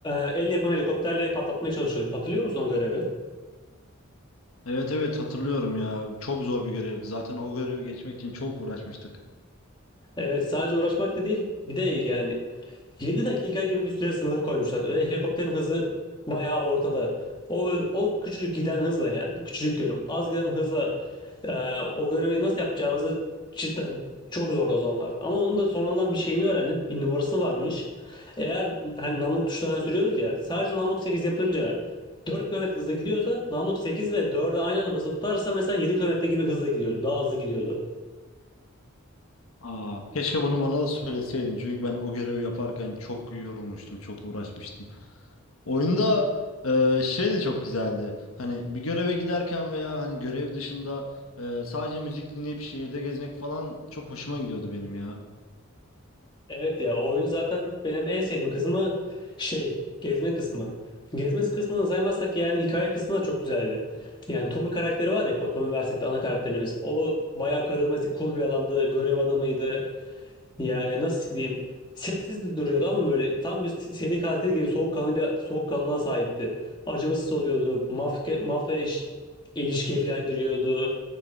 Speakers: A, on the left; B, on the left.
A: e, el yapımı helikopterle patlatmaya çalışıyorduk. Hatırlıyor musun o görevi?
B: Evet evet hatırlıyorum ya. Çok zor bir görevdi. Zaten o görevi geçmek için çok uğraşmıştık.
A: Evet sadece uğraşmak da değil bir de yani 7 dakika gibi bir süre sınırı koymuşlar ve helikopterin hızı bayağı ortada. O, o küçücük giden hızla yani küçücük diyorum az giden hızla e, o görevi nasıl yapacağımızı cidden çok zordu o zamanlar. Ama onun da sonradan bir şeyini öğrendim. Bir numarası varmış. Eğer hani namluk tuşlarına sürüyoruz ya sadece namluk 8 yapınca 4 kilometre hızla gidiyorsa namluk 8 ve 4'e aynı anda basıp tutarsa mesela 7 kilometre gibi hızla gidiyordu. Daha hızlı gidiyordu.
B: Aa, keşke bunu bana da söyleseydin. Çünkü ben o görevi yaparken çok yorulmuştum, çok uğraşmıştım. Oyunda e, şey de çok güzeldi. Hani bir göreve giderken veya hani görev dışında e, sadece müzik dinleyip şehirde gezmek falan çok hoşuma gidiyordu benim ya.
A: Evet ya oyun zaten benim en sevdiğim kısmı şey gezme kısmı. Gezme kısmını saymazsak yani hikaye kısmı da çok güzeldi. Yani Tom'un karakteri var ya Tommy Vercette'de ana karakterimiz. O bayağı karizmatik cool bir adamdı. Görev adamıydı. Yani nasıl diyeyim? Sessiz de duruyordu ama böyle tam bir seri katil gibi soğukkanlı bir soğukkanlılığa sahipti. Acımasız oluyordu. Mafya, mafya iş, ilişkiye falan giriyordu.